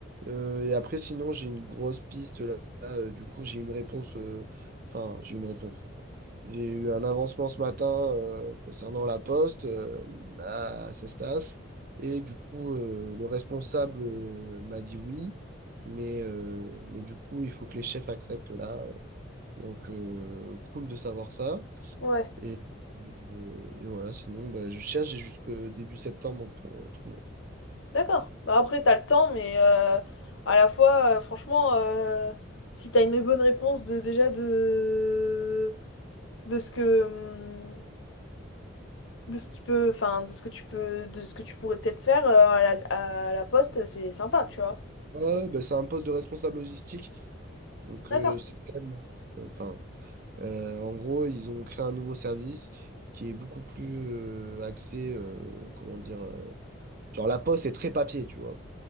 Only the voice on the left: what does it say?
Ouais.
D'accord. Bah, après, t'as le temps, mais euh, à la fois, euh, franchement, euh, si t'as une bonne réponse de, déjà de, de ce que. hum, de ce qui peut, enfin, de ce que tu peux, de ce que tu pourrais peut-être faire euh, à la, à la poste, c'est sympa, tu vois.
D'accord,